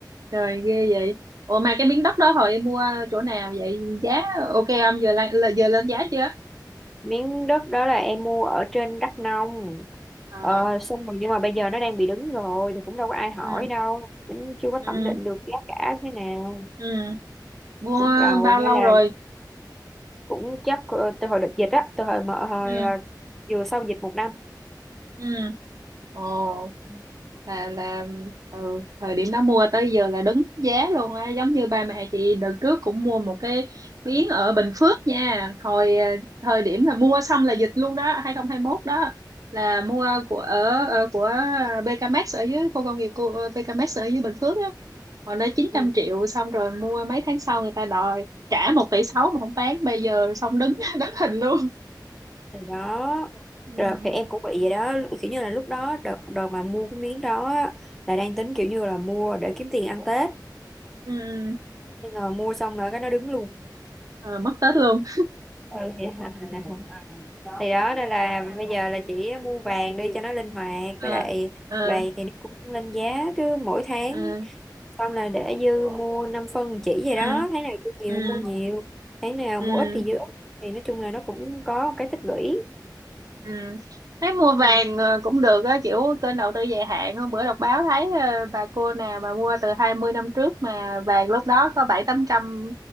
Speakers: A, on the right; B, in the centre.
A: trời ghê vậy ủa mà cái miếng đất đó hồi em mua chỗ nào vậy giá ok không giờ lên giờ lên giá chưa
B: miếng đất đó là em mua ở trên Đắk Nông
A: à
B: ờ, xong rồi nhưng mà bây giờ nó đang bị đứng rồi thì cũng đâu có ai hỏi
A: ừ
B: đâu cũng chưa có
A: ừ
B: thẩm định được giá cả thế nào
A: ừ mua
B: cũng rầu
A: bao lâu
B: hay là
A: rồi
B: cũng chắc ờ, từ hồi đợt dịch á từ hồi mà hồi
A: ừ
B: ờ, vừa sau dịch một năm
A: ừ Ồ,
B: ừ.
A: là là ừ, thời điểm đó mua tới giờ là đứng giá luôn á, giống như ba mẹ chị đợt trước cũng mua một cái miếng ở Bình Phước nha. Hồi ờ, thời điểm là mua xong là dịch luôn đó, 2021 đó là mua của ở ờ, của BKMX ở dưới khu công nghiệp của ờ, BKMX ở dưới Bình Phước á. Hồi đó chín
B: Ừ.
A: trăm triệu xong rồi mua mấy tháng sau người ta đòi trả một tỷ 6 mà không bán, bây giờ xong đứng <laughs> đứng hình luôn.
B: Thì đó
A: Ừ.
B: rồi thì em cũng bị vậy đó kiểu như là lúc đó đợt đợt mà mua cái miếng đó á, là đang tính kiểu như là mua để kiếm tiền ăn Tết
A: Ừ. ừ.
B: nhưng mà mua xong rồi cái nó đứng luôn
A: Ờ, mất Tết luôn.
B: ừ vậy hả Nè. thì đó đây là
A: Ờ.
B: bây giờ là chỉ mua vàng đi cho nó linh hoạt
A: Ờ.
B: với lại
A: Ờ.
B: vàng thì nó cũng lên giá cứ mỗi tháng
A: ừ
B: xong là để dư mua 5 phân chỉ
A: ừ
B: vậy đó tháng nào cứ nhiều
A: ừ
B: thì mua nhiều tháng nào
A: ừ
B: mua ít thì dư ít thì nói chung là nó cũng có một cái tích lũy
A: ừ thấy mua vàng
B: ừ.
A: ờ, cũng được á kiểu kênh đầu tư dài hạn hôm bữa đọc báo thấy ờ, bà cô nào mà mua từ 20 năm trước mà vàng lúc đó có bảy tám trăm